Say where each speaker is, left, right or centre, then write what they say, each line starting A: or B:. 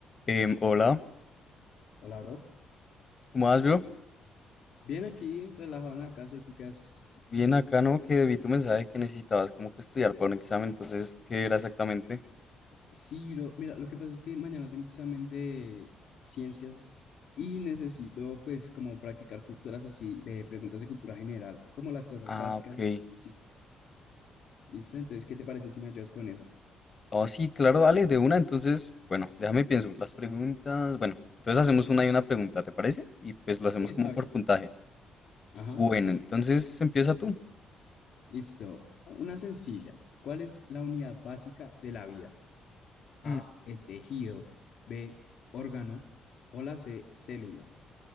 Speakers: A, on the left; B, on the left.
A: Em, hola,
B: Hola, bro.
A: ¿cómo vas, bro?
B: Bien aquí, relajado en la casa, ¿y tú qué haces?
A: Bien acá, ¿no? Que vi tu mensaje que necesitabas como que estudiar para un examen, entonces, ¿qué era exactamente?
B: Sí, bro. Mira, lo que pasa es que mañana tengo examen de ciencias y necesito, pues, como practicar culturas así, de preguntas de cultura general, como las cosas
A: Ah,
B: básicas
A: ok.
B: así sencillas. ¿Listo? Entonces, ¿qué te parece si me ayudas con eso?
A: Oh, sí, claro, dale, de una, entonces, bueno, déjame pienso. Las preguntas, bueno, entonces hacemos una y una pregunta, ¿te parece? Y pues lo hacemos
B: Sí, está
A: como por
B: bien.
A: puntaje.
B: Ajá.
A: Bueno, entonces empieza tú.
B: Listo. Ah, Una sencilla. ¿Cuál es la unidad básica de la vida? A,
A: Mm,
B: el tejido. B, órgano. O la C, célula.